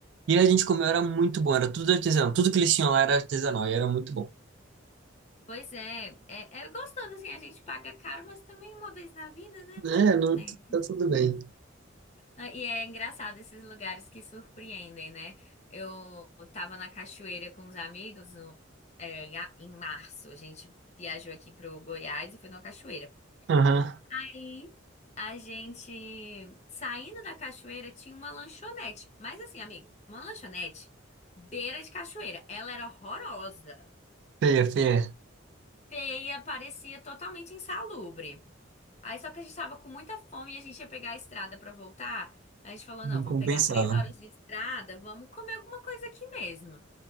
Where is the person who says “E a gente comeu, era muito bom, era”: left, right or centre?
Right